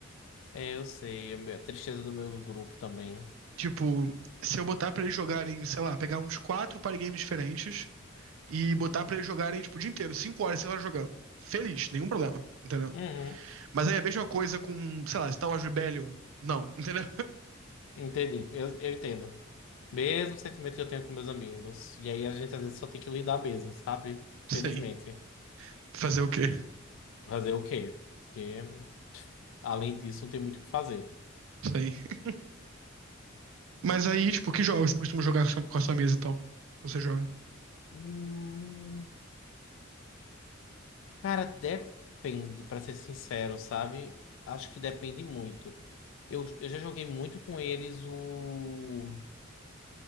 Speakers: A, on the left; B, on the right.
A: É, eu sei, é a tristeza do meu grupo também.
B: Tipo, se eu botar pra eles jogarem, sei lá, pegar uns quatro party games diferentes e botar pra eles jogarem, tipo, o dia inteiro, cinco horas, seis horas jogando. Feliz, nenhum problema, entendeu?
A: Uhum.
B: Mas aí é a mesma coisa com, sei lá, Star Wars Rebellion. Não, <laughs> entendeu?
A: Entendi, eu, eu entendo. Mesmo sentimento que eu tenho com meus amigos. E aí a gente às vezes só tem que lidar mesmo, sabe? Felizmente.
B: Sim. Fazer o quê?
A: Fazer o quê? Porque além disso não tem muito o que fazer.
B: Sim. Mas aí, tipo, que jogos você costuma jogar com a sua- com a sua mesa e tal? Você joga?
A: Hum, cara, depende, pra ser sincero, sabe? Acho que depende muito. Eu, eu já joguei muito com eles o.